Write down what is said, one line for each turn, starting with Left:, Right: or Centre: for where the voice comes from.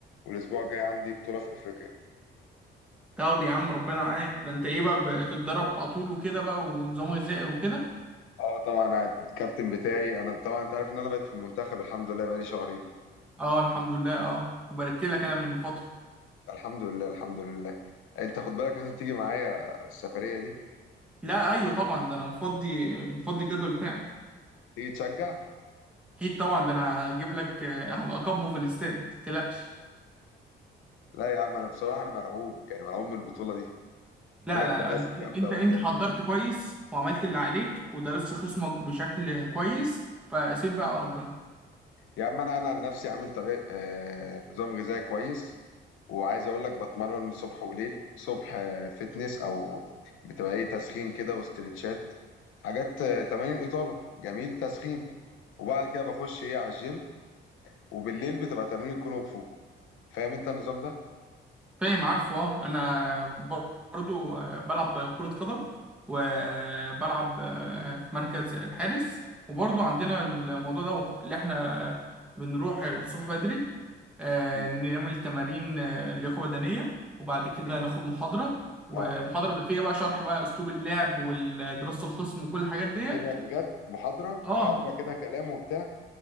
Left: والأسبوع الجاي عندي بطولة في أفريقيا
Centre: طب يا عم ربنا معاك ده انت ايه بقى بتتدرب على طول وكده بقى ونظام غذائي وكده
Left: اه طبعا أنا الكابتن بتاعي انا طبعا انت عارف ان انا بقيت في المنتخب الحمد لله بقالي شهرين
Centre: اه الحمد لله اه وباركت لك انا من فترة
Left: الحمد لله الحمد لله انت خد بالك لازم تيجي معايا السفرية دي
Centre: لا ايوه طبعا ده انا مفضي مفضي الجدول بتاعي
Left: تيجي تشجع
Centre: اكيد طبعا ده انا هجيب لك آه، هبقى اكبه في الاستاد متقلقش
Left: لا يا عم انا بصراحة انا مرعوب يعني مرعوب من البطولة دي
Centre: لا
Left: بيقول لك
Centre: لا
Left: في
Centre: لا
Left: ناس
Centre: انت
Left: جامدة
Centre: انت
Left: وبتاع
Centre: انت حضرت كويس وعملت اللي عليك ودرست خصمك بشكل كويس فسيب بقى على ربنا
Left: يا عم انا انا عن نفسي عامل طريق آه نظام غذائي كويس وعايز اقول لك بتمرن صبح وليل صبح آه فتنس او بتبقى ايه تسخين كده واسترتشات حاجات آه تمارين اطاله جميل تسخين وبعد كده بخش ايه على الجيم وبالليل بتبقى تمارين كونغ فو فاهم انت النظام ده
Centre: فاهم عارفه اه انا برضو آه، بلعب كرة قدم وبلعب آه، في مركز الحارس وبرضو عندنا الموضوع دوت اللي احنا بنروح الصبح بدري آه،
Left: مم.
Centre: نعمل تمارين آه، لياقة بدنية وبعد كده
Left: مم.
Centre: ناخد محاضرة والمحاضرة
Left: اه
Centre: بيبقى فيها بقى شرح بقى اسلوب اللعب ودراسة الخصم وكل الحاجات ديت
Left: ايه ده بجد محاضره
Centre: اه
Left: محاضره كده كلام وبتاع